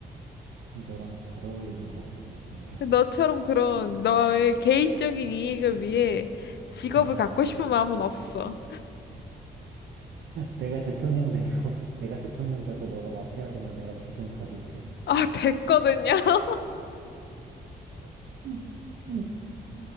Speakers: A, on the right (about 75°); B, on the left (about 65°).
A: 좀 너랑 잘 어울리는 것 같은 느낌이라.
B: 너처럼 그런 너의 개인적인 이익을 위해 직업을
A: <laughs>
B: 갖고 싶은 마음은 없어.
A: 내가 대통령 되고 <laughs> 내가 대통령 되고 너가 마피아 되면 내가 뒤 좀 봐줄게.
B: 아, 됐거든요. <laughs>
A: 음. 음.